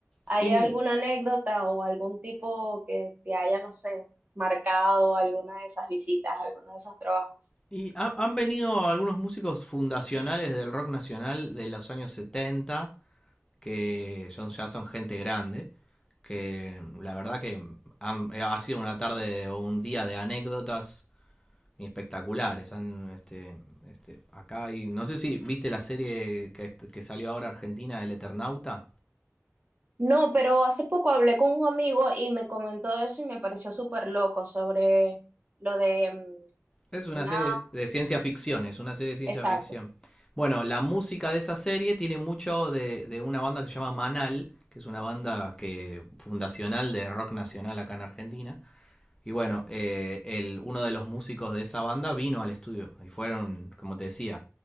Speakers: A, on the right; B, on the left.
A: ¿Hay
B: Sí,
A: alguna anécdota o algún tipo que te haya, no sé, marcado alguna de esas visitas, alguno de esos trabajos?
B: y ha- han venido algunos músicos fundacionales del rock nacional de los años setenta que son, ya son gente grande, que la verdad que han- eh, ha sido una tarde o un día de anécdotas espectaculares. Han, este, este, acá hay, no sé si viste la serie que, que salió ahora argentina, El Eternauta.
A: No, pero hace poco hablé con un amigo y me comentó eso y me pareció súper loco sobre lo de mm,
B: Es una
A: una,
B: serie de ciencia ficción, es una serie de ciencia
A: exacto,
B: ficción. Bueno, la música de esa serie tiene mucho de, de una banda que se llama Manal, que es una banda que fundacional de rock nacional acá en Argentina. Y bueno, eh, el, uno de los músicos de esa banda vino al estudio y fueron, como te decía,